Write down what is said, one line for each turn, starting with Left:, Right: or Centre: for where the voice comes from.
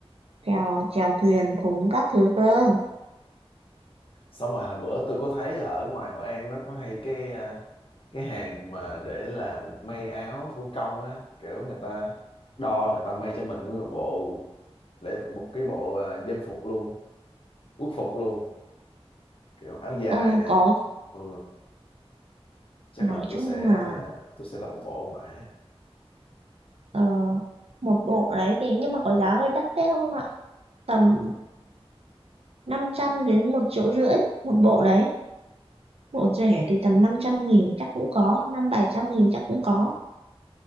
Right: chèo chèo thuyền thúng các thứ cơ.
Left: Xong rồi hồi bữa tôi có thấy là ở ngoài Hội An nó có hay cái à, cái hàng mà để làm may áo thủ công á, kiểu người ta đo người ta may cho mình nguyên một bộ để một cái bộ à, dân phục luôn, quốc phục luôn, kiểu áo dài
Right: Ừ,
Left: này.
Right: có
Left: Ừ. Chắc
Right: nói
Left: là tôi
Right: chung
Left: sẽ
Right: là
Left: ờ, tôi sẽ làm một bộ ở ngoài.
Right: ờ, một bộ đấy thì nhưng mà có giá hơi đắt đấy không ạ tầm
Left: Ừ.
Right: 500 đến một triệu rưỡi một bộ đấy bộ rẻ thì tầm 500 nghìn chắc cũng có năm bảy trăm nghìn chắc cũng có